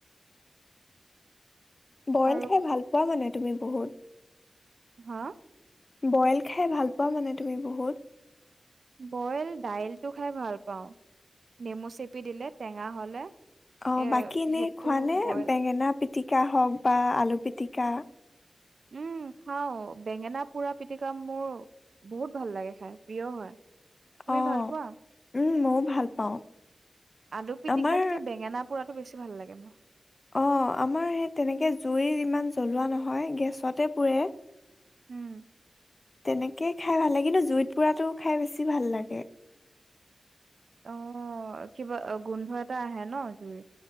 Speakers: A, on the left; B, on the right.
A: বইল
B: আৰু
A: খাই ভাল পোৱা মানে তুমি বহুত।
B: হা?
A: বইল খাই ভাল পোৱা মানে, তুমি বহুত।
B: বইল দাইলটো খাই ভাল পাওঁ, নেমু চেপি দিলে, টেঙা হ'লে।
A: অ'
B: এ
A: বাকী এনেই
B: সেইটো
A: খোৱা নে,
B: বইল
A: বেঙেনা পিটিকা হওঁক, বা আলু পিতিকা?
B: উম খাওঁ, বেঙেনা পোৰা পিটিকা মোৰ বহুত ভাল লাগে খাই, প্ৰিয় হয়, তুমি
A: অ
B: ভাল পোৱা?
A: উম, মইও ভাল পাওঁ।
B: আলু পিটিকাতকে
A: আমাৰ
B: বেঙেনা পোৰাটো বেছি ভাল লাগে মোৰ।
A: অ' আমাৰ সেই তেনেকে জুই ইমান জ্বলোৱা নহয়, গেছতে পোৰে।
B: উম।
A: তেনেকে খাই ভাল লাগে, কিন্তু, জুইত পোৰাটো খাই বেছি ভাল লাগে।
B: অ' কিবা অ- গোন্ধ এটা আহে ন', জুই।